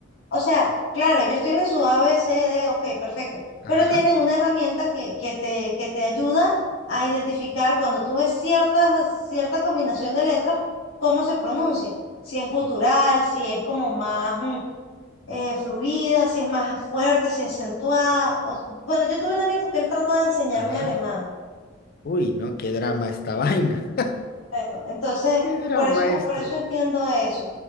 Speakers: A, on the left; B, on the left.
A: O sea, claro, ellos tienen su A, B, C, D, ok, perfecto,
B: Ajá,
A: pero tienen una herramienta que, que te, que te ayuda a identificar cuando tú ves ciertas, cierta combinación de letras, cómo se pronuncia, si es gutural, si es como más mm, eh, fluida, si es más fuerte, si es acentuada. o- bueno, yo tuve un amigo que él trató de enseñarme
B: ajá.
A: alemán.
B: Uy, no, qué drama esta <laughs> vaina.
A: Bueno, entonces,
B: ¿Qué drama
A: por eso, me-
B: esto?
A: por eso entiendo eso.